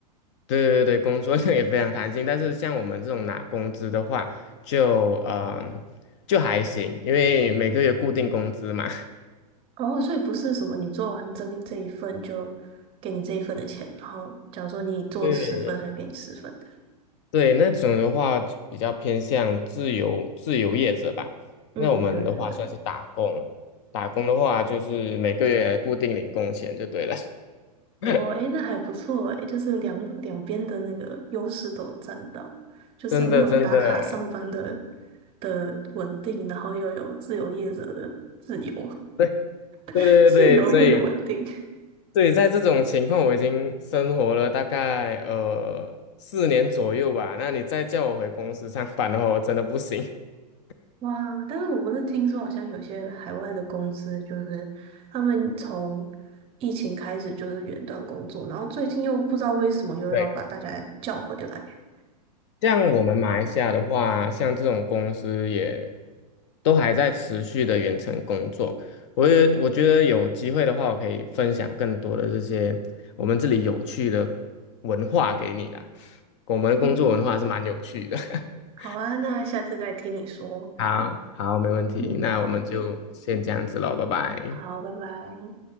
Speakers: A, on the left (about 45°); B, on the right (about 25°).
A: 对对对，工作 <laughs> 量也非常弹性，但是像我们这种拿工资的话，就，嗯，就还行，因为每个月固定工资嘛，
B: 哦，所以不是什么你做完这个这一份就给你这一份的钱，然后假如说你做十份，
A: <laughs> 对
B: 还给你十份的。
A: 对，那种的话比较偏向自由自由业者吧。
B: 嗯，
A: 那我们的话算是打工，
B: 对对对。
A: 打工的话就是每个月固定领工钱就对了。
B: 哦，
A: <laughs>
B: 诶，那还不错诶，就是两两边的那个优势都有占到，就是有那种打卡上班的
A: 真的真的，
B: 的稳定，然后又有自由业者的自由，
A: 对对对对对，
B: <laughs> 自由又有稳定。
A: 所以对，在这种情况我已经生活了大概呃四年左右吧。那你再叫我回公司上班的话，我真的不行。<laughs>
B: 哇！但是我不是听说，好像有些海外的公司，就是他们从疫情开始就是远端工作，然后最近又不知道为什么又要把大家叫回来。
A: 对。像我们马来西亚的话，像这种公司也都还在持续的远程工作。我也我觉得有机会的话，我可以分享更多的这些我们这里有趣的文化给你啦。我们的工作文化是蛮有趣的。
B: 嗯，
A: <laughs>
B: 好啊，那下次再听你说。
A: 好，好，没问题。
B: 嗯，
A: 那我们就先这样子喽，
B: 那我们见，
A: 拜拜。
B: 好，拜拜。